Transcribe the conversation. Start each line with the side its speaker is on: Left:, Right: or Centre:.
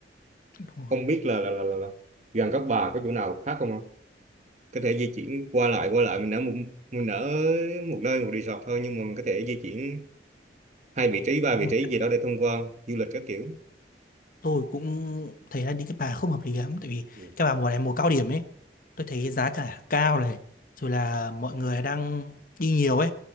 Left: Đúng rồi.
Right: Không biết là, là, là, là, là gần các bà có chỗ nào khác không? ạ? Có thể di chuyển qua lại qua lại mình ở một mình ở một nơi một resort thôi nhưng mà mình có thể di chuyển hai vị trí ba
Left: Nếu
Right: vị
Left: mà
Right: trí gì đó để thông qua du lịch các kiểu.
Left: tôi cũng thấy là đi cái Bà không hợp lý lắm tại vì
Right: Ừ.
Left: cái Bà mùa này mùa cao điểm ấy tôi thấy giá cả cao này rồi là mọi người đang đi nhiều ấy